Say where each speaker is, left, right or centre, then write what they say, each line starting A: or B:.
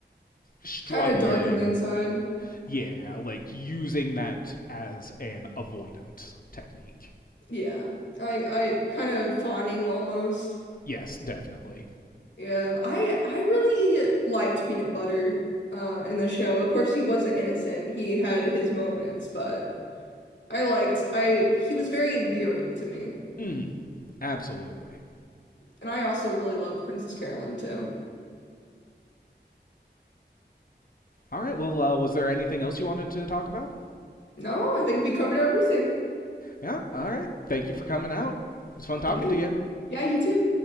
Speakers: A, on the left; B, on the left.
A: struggling.
B: Kind of dark on the inside.
A: Yeah, like using that as an avoidant technique.
B: Yeah. I I kind of fawning almost.
A: Yes, definitely.
B: Yeah. I I really liked Peanut Butter uh in the show. Of course he wasn't innocent. He had his moments, but I liked I he was very endearing to me.
A: Mm, absolutely.
B: And I also really loved Princess Carolyn too.
A: All right. Well, uh, was there anything else you wanted to talk about?
B: No, I think we covered everything.
A: Yeah, all right. Thank you for coming out. It was fun talking
B: Thank you.
A: to you.
B: Yeah, you too.